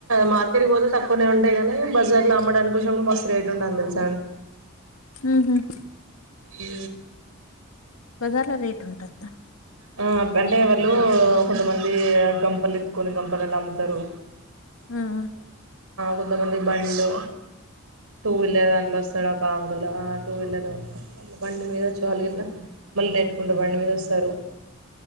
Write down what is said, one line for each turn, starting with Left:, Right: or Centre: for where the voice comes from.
Right: మా అ ఇక్కడికి పోతే తక్వనే ఉంటాయి గనీ బజార్లో అమ్మడానికొచ్చినప్పుడు మస్త్ రేటుంటయని తెల్స్
Left: హ్ మ్
Right: ఏ
Left: బజార్ల రేట్ ఉంటదా
Right: ఆ అంటే వాళ్ళు కొంతమంది గంపలు ఎత్తుకొని గంపలలా అమ్ముతరు
Left: ఆ ఆ
Right: కొంతమంది బండ్లు టూ వీలర్ దాంట్లో వస్తడు ఒక అంకల్ ఆ టూ వీలర్ బండి మీద వచ్చి వాలీల మళ్ళీ నెట్టుకుంట బండి మీద వస్తారు